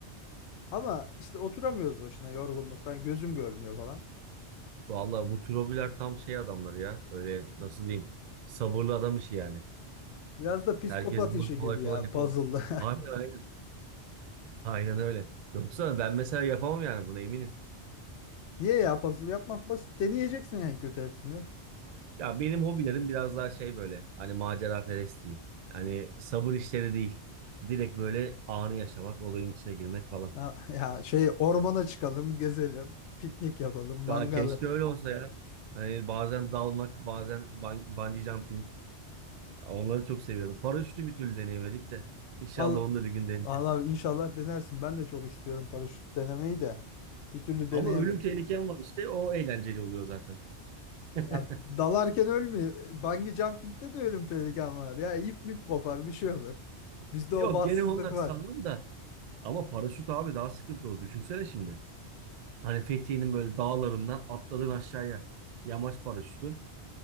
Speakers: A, on the left; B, on the right.
A: Ama işte oturamıyoruz başına yorgunluktan. Gözüm görmüyor falan.
B: Vallahi bu tür hobiler tam şey adamları ya. Böyle nasıl diyeyim? Sabırlı adam işi yani.
A: Biraz da psikopat
B: Herkes bunu
A: işi
B: kolay
A: gibi
B: kolay
A: ya
B: yapamaz.
A: puzzle'da.
B: Aynen aynen. Aynen öyle. Yoksa ben mesela yapamam yani buna eminim.
A: <laughs> Niye ya puzzle yapmak basit. Deneyeceksin en kötü hepsini.
B: Ya benim hobilerim biraz daha şey böyle. Hani macera perest diyeyim. Hani sabır işleri değil. Direkt böyle anı yaşamak, olayın içine girmek falan.
A: Ya, ya şey ormana çıkalım, gezelim, piknik yapalım, mangalı.
B: Ya keşke öyle olsa ya. Hani bazen dalmak, bazen ban bungee jumping. Onları çok seviyorum. Paraşütü bir türlü deneyemedik de. İnşallah
A: Al,
B: onu da bir gün deneyeceğiz.
A: Allah abi inşallah denersin. Ben de çok istiyorum paraşüt denemeyi de. Bir türlü
B: Ama
A: deneyemedim.
B: ölüm tehlikem var işte. O eğlenceli oluyor zaten. <laughs>
A: Ya dalarken ölmüyor. Bungee jumping'de de ölüm tehlikem var. Ya ip mip kopar bir şey olur. Bizde
B: Yok
A: o bahtsızlık
B: gene onlar
A: var.
B: sanırım da. Ama paraşüt abi daha sıkıntılı. Düşünsene şimdi. Hani Fethiye'nin böyle dağlarından atladın aşağıya. Yamaç paraşütü.